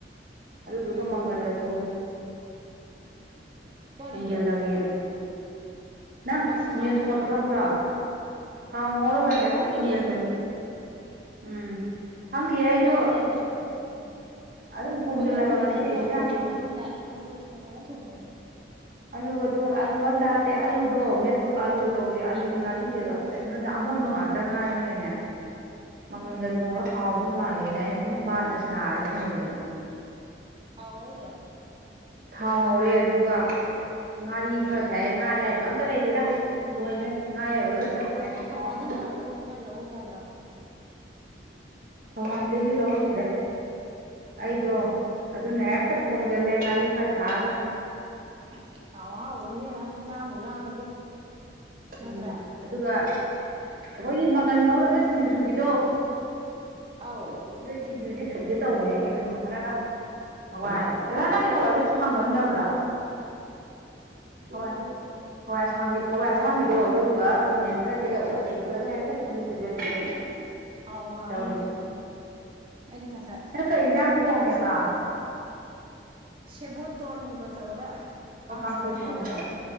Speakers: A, on the right; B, on the right.
A: ꯑꯗꯨꯗꯨꯒ
B: ꯎꯝ
A: ꯃꯪꯒꯟꯒ ꯊꯣꯡꯉꯦ꯫
B: ꯀꯔꯤ
A: ꯍꯣꯡꯖꯤꯜꯂꯒꯦꯅ ꯅꯪ
B: ꯀꯃꯥꯏꯅ
A: ꯃꯤꯁ ꯀꯣꯠ
B: ꯊꯣꯡꯉꯤꯕ
A: ꯈꯪꯕ꯭ꯔꯣ? ꯊꯥꯎ ꯉꯧꯔꯒ ꯍꯦꯛꯇ
B: ꯈꯪꯉꯤꯅꯦ
A: ꯊꯣꯡꯖꯤꯟꯕꯅꯤ ꯎꯝ ꯈꯪꯗꯦꯌꯦ ꯑꯩꯁꯨ
B: ꯈꯪꯉꯤꯅꯦ ꯃꯦꯁ ꯀꯣꯠ ꯀꯩꯗ ꯀꯨꯡ ꯑꯣꯏꯗꯣꯏꯅꯣ
A: ꯑꯗꯨꯝ ꯊꯣꯡꯖꯤꯜꯂꯕ
B: ꯃꯪꯒꯟꯗꯨꯒ
A: ꯉꯁꯤ
B: ꯀꯃꯥꯏꯅ
A: ꯏꯟꯖꯥꯡꯁꯦ
B: ꯊꯣꯡꯕ ꯍꯥꯏꯞꯃꯤꯗ ꯑꯂꯨꯒ ꯊꯣꯡꯕꯅ ꯊꯣꯡꯕꯅꯤ꯫
A: ꯑꯥꯂꯨꯒ ꯊꯣꯡ ꯑꯂꯒ ꯑꯝꯇ ꯍꯥꯞꯠꯇꯦ ꯑꯂꯨꯗꯣ ꯃꯦꯁꯀꯣꯛꯀ ꯑꯂꯨꯒ ꯇꯁꯦ ꯑꯂꯨꯗꯨ
B: ꯑꯥ
A: ꯆꯥꯅꯤꯡꯗꯦꯕ ꯀꯩꯒꯤꯅꯣꯗ ꯑꯃꯣꯟꯕ ꯉꯥꯛꯇ ꯇ ꯉꯥꯏꯔꯝꯃꯤꯅꯅꯦ ꯃꯪꯒꯟꯒ
B: ꯎꯝ ꯎꯝ
A: ꯊꯣꯡꯉ ꯍꯥꯎꯗꯣ ꯃꯥꯜꯂꯦꯅ ꯑꯩꯅ ꯁꯨꯝ ꯕꯥꯞꯅ ꯁꯥꯔ ꯊꯤꯡꯍꯟꯕꯅꯦ
B: ꯑꯥꯎ ꯍꯧꯔꯣ
A: ꯊꯥꯎ ꯉꯧꯔꯦ ꯑꯗꯨꯒ ꯉꯥꯔꯤ ꯈꯔ
B: ꯎꯝ
A: ꯊꯥꯛꯑꯦ ꯉꯥ ꯑꯌꯥꯏꯕꯒ ꯑꯝꯇ ꯂꯩꯗꯦꯗ ꯅꯣꯏꯈꯩ ꯉꯥ ꯑꯌꯥꯏꯕꯒ ꯈꯔ ꯊꯥꯥꯛꯑꯗꯤ
B: ꯊꯧꯕꯥꯜꯗ
A: ꯍꯥꯎꯗꯧꯅꯤ
B: ꯂꯥꯛꯄꯗ ꯈꯔ ꯂꯧꯔꯨ ꯌꯥꯗ꯭ꯔꯣ
A: ꯊꯧꯋꯥꯟꯗꯩꯩꯁꯨ ꯂꯧꯔꯛꯇ꯭ꯔꯦ ꯑꯩꯗꯣ ꯑꯗꯨꯅ ꯍꯦꯛꯇ ꯊꯣꯡꯖꯤꯜꯂꯦ ꯉꯥꯔꯤ ꯀ ꯊꯥꯒ
B: <unintelligible> ꯏꯕꯦꯝꯃ ꯂꯥꯝꯕꯨ ꯂꯥꯝꯃꯗꯤ ꯅꯠꯇ꯭ꯔꯥ
A: ꯎꯝ ꯑꯗꯨꯒ ꯑꯩꯈꯣꯏꯒꯤ ꯃꯪꯒꯟ ꯉꯧꯔꯒ ꯁꯤꯡꯖꯨ ꯁꯨꯕꯤꯗꯣ
B: ꯑꯥꯎ
A: ꯑꯗ ꯁꯤꯒꯤꯁꯦ ꯁꯨꯒꯦ ꯇꯧꯕꯅꯦ ꯑꯩꯁꯦ ꯀꯩꯅꯣ ꯈꯔꯒ ꯍꯋꯥꯏ
B: ꯀꯔꯤꯒ
A: ꯍꯋꯥꯏ ꯁꯥꯡꯃꯟꯗꯕ꯭ꯔꯥ ꯍꯋꯥ ꯍꯋꯥ ꯑꯁꯥꯡꯕꯤꯗꯣ ꯑꯗꯨꯒ ꯈꯥꯃꯦꯟ ꯈꯔ ꯇꯤꯜꯍꯧꯒ ꯁꯨꯖꯜꯂꯒꯦ ꯍꯦꯛꯇ ꯁꯤꯡꯖꯨ ꯁꯨꯖꯟꯒꯦꯅ
B: ꯍꯥꯎ ꯍꯥꯎꯅꯤ
A: ꯇꯧꯏ
B: ꯏꯕꯦꯝ ꯑꯩꯗꯤ ꯉꯁꯥꯏ
A: ꯅꯪ ꯀꯩ ꯏꯟꯖꯥꯡ ꯊꯣꯡꯉꯦꯕ
B: ꯂꯧꯕꯨꯛ ꯆꯠꯂꯨ ꯁꯦꯕꯣꯠꯇꯣ ꯑꯂꯨꯒ ꯇꯧꯔꯒ
A: ꯑꯣ
B: ꯀꯥꯡꯁꯣꯏꯃ
A: ꯀꯥꯡꯁꯣꯏ ꯊꯣꯡꯉꯦꯕ
B: ꯊꯣꯡꯉꯦ